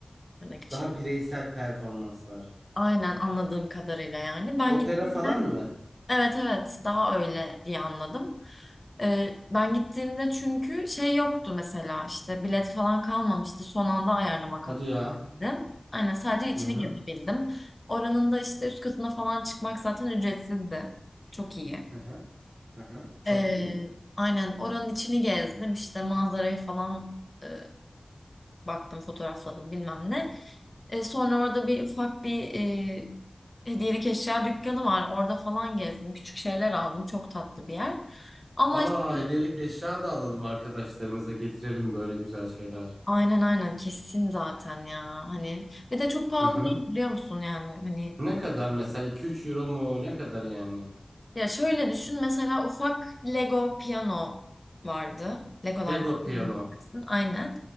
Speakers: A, on the left; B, on the right.
A: tırnak için.
B: Daha bireysel performanslar.
A: Aynen anladığım kadarıyla yani. Ben
B: Opera
A: gittiğimde
B: falan mı?
A: evet evet daha öyle diye anladım. Ee, ben gittiğimde çünkü şey yoktu mesela işte bilet falan kalmamıştı. Son anda ayarlamak
B: Hadi
A: hakkındaydı.
B: ya.
A: Aynen sadece içini
B: Hı hı.
A: gezebildim. Oranın da işte üst katına falan çıkmak zaten ücretsizdi. Çok iyi.
B: Hı hı. Hı hı. Çok
A: Ee,
B: iyi.
A: aynen oranın içini gezdim işte manzarayı falan e, baktım, fotoğrafladım bilmem ne. E, sonra orada bir ufak bir e, hediyelik eşya dükkanı var. Orada falan gezdim. Küçük şeyler aldım. Çok tatlı bir yer. Ama
B: Aa,
A: işte-
B: hediyelik eşya da alalım arkadaşlarımıza getirelim böyle güzel şeyler.
A: aynen aynen kesin zaten ya. Hani ve de çok pahalı
B: Hı hı.
A: değil biliyor musun yani. Hani
B: Ne kadar mesela iki üç euro mu? Ne kadar yani?
A: ya şöyle düşün mesela ufak Lego piyano vardı. Legolarda
B: Lego piyano.
A: yapacaksın, aynen.